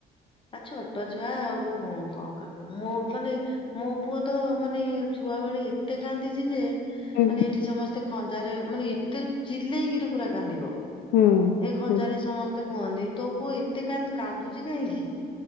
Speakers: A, on the left (about 30°); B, on the left (about 70°).
A: ନା ଛୋଟ ଛୁଆ ଆଉ କଣ କରିବ ମୋ ମାନେ ମୋ ପୁଅ ତ ମାନେ ଛୁଆବେଳେ ଏତେ କାନ୍ଦିଛି ଯେ ମାନେ
B: ହୁଁ
A: ଏଠି ସମସ୍ତେ ଖଞ୍ଜାରେ ମାନେ ଏତେ ଚିଲେଇକିରି ପୁରା କାନ୍ଦିବ ।
B: ହୁଁ
A: ଏ ଖଜାରେ
B: ହୁଁ
A: ସମସ୍ତେ କୁହନ୍ତି ତୋ ପୁଅ ଏତେ କାନ୍ଦ କାନ୍ଦୁଚି କାହିଁକି?